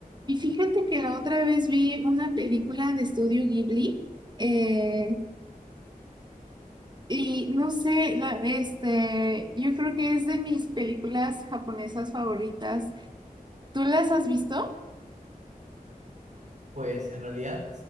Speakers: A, on the right; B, on the right.
A: Y fíjate que la otra vez vi una película de estudio Ghibli eh, y no sé, la, este, yo creo que es de mis películas japonesas favoritas. ¿Tú las has visto?
B: Pues en realidad